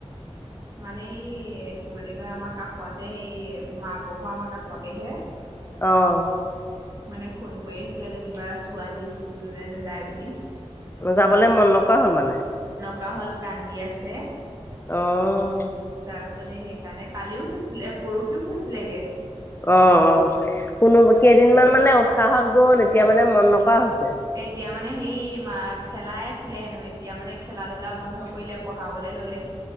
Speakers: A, on the right (about 30°); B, on the left (about 20°).
A: মানে এই কি বুলি কয় আমাৰ কাষতে সেই মাকৰ ঘৰ আমাৰ কাষতেহে।
B: অহ।
A: মানে ফোন কৰি আছিলে যেনিবা ছোৱালী স্কুললৈ নেযায় বুলি।
B: যাবলে মন নকৰা হ'ল মানে।
A: কপা হ'ল কান্দি আছে।
B: আহ।
A: তাৰপিছত এই সেইকাৰণে কালিও থৈছিলে পৰহিও থৈছিলেগে।
B: অ, অ, কোনো কেইদিনমান মানে উৎসাহত গ'ল, এতিয়া মানে মন নকৰা হৈছে।
A: এতিয়া। মানে সেই মা খেলাই আছিলে হেনো এতিয়া, মানে খেলা-ধূলা বন্ধ কৰিলে পঢ়াবলে ললে।